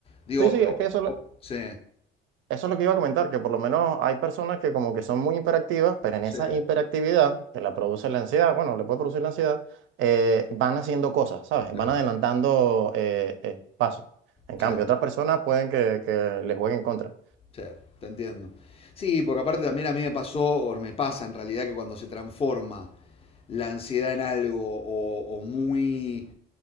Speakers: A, on the left; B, on the right.
A: digo,
B: sí, sí, es
A: o-
B: que eso,
A: o- sí,
B: eso es lo que iba a comentar, que por lo menos hay personas que como que son muy hiperactivas, pero en
A: sí,
B: esa hiperactividad que la produce la ansiedad, bueno, le puede producir la ansiedad, eh, van haciendo cosas, ¿sabes?
A: claro,
B: Van adelantando eh, eh, pasos. En
A: sí,
B: cambio, otras personas pueden que, que les jueguen en contra.
A: sí, te entiendo. Sí, porque aparte también a mí me pasó, o me pasa en realidad, que cuando se transforma la ansiedad en algo o, o muy